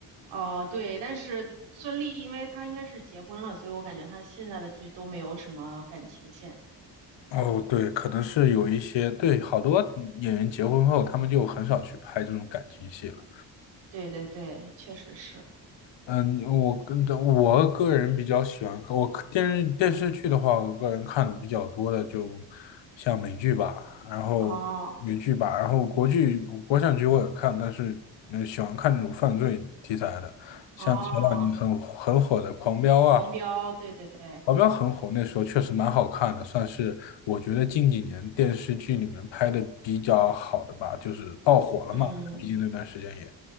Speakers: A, on the right; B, on the left.
A: 哦，对，但是孙俪因为她应该是结婚了，所以我感觉她现在的剧都没有什么感情线。
B: 哦，对，可能是有一些，对，好多演员结婚后，他们就很少去拍这种感情戏了。
A: 对对对，确实是。
B: 嗯，我跟着我个人比较喜欢，我电视电视剧的话，我个人看的比较多的，就像美剧吧，然后美剧吧，
A: 哦
B: 然后国剧、国产剧我也看，但是呃喜欢看这种犯罪题材的，像前两年很很火的《狂飙》啊，
A: 哦，狂飙，对对对，
B: 保镖很火，那时候确实蛮好看的，算是我觉得近几年电视剧里面拍的比较好的吧，就是爆火了嘛。
A: 嗯，
B: 毕竟那段时间也，